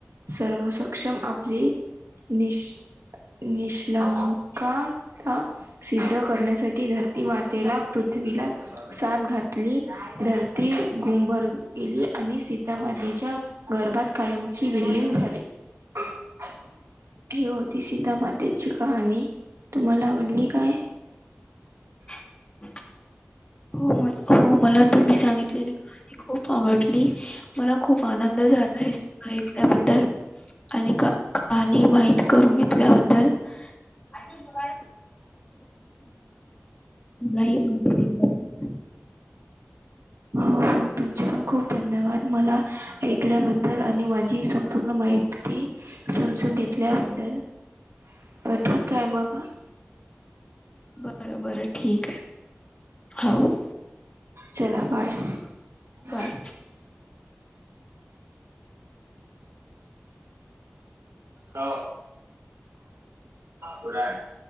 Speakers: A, on the right; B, on the left.
A: सर्व सक्षम आपली निश् -निष्कंलकता सिद्ध करण्यासाठी, धरती मातेला पृथ्वीला साद घातली. धरती भंगुर झाली आणि सीता, मातीच्या गर्भात कायमची विलीन झाली. <unintelligible> ही होती सीता मातेची कहाणी, तुम्हाला आवडली काय?
B: <unintelligible> हो मला, हो मला तुम्ही सांगितलेली कहाणी खूप आवडली. मला खूप आनंद झाला आहे, हे ऐकल्याबद्दल. आणि का-कहाणी, माहीत करून घेतल्याबद्दल मला, मला ही माहिती
A: हो. हो, तुमचे पण खूप धन्यवाद. मला ऐकल्याबद्दल, आणि माझी ही संपूर्ण माहिती समजून घेतल्याबद्दल, अ.. ठीक आहे मग.
B: बर बर ठीक आहे हो.
A: चला बाय. म <inaudible>
B: बाय.
A: हो कड <inaudible>